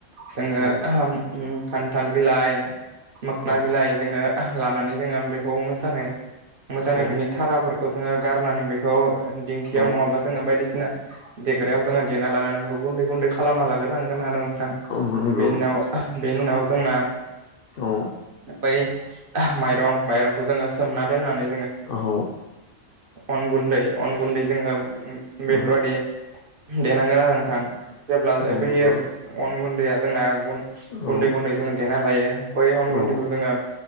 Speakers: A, on the right (about 45°); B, on the left (about 65°).
A: जोंङो
B: औ
A: ओम खान्थाल बिलाइ मोखना
B: औ
A: बिलाइ जोंङो लानानै जोंङो बेखौ मोजाङै मोजांङै
B: औ
A: बिनि थाराफोरखौ जोंङो गारनानै बेखौ दिंखियाव
B: औ
A: नंङाबा जोङो बायदिसि बिसिना देग्रायाव जोंङाहा देना लानानै बेखौ गुन्दै गुन्दै खालामना लाग्रांगोन आरो बेनि
B: औ नंगौ
A: उनाव बेनि उनाव जोंना
B: औ
A: बै माइरं माइरंखौ जोंङो सोमना दोननानै
B: औ
A: उन गुनदै बेफोरबायदि
B: औ
A: देनांगोन आरो नोंथां जेब्ला
B: औ
A: बेैयो
B: नंगौ
A: अन गन्दै दैया जोंना गुन्दै
B: औ
A: गुन्दै जोंङो देना लायो बै अन
B: औ
A: गुन्दैखौ जोंङो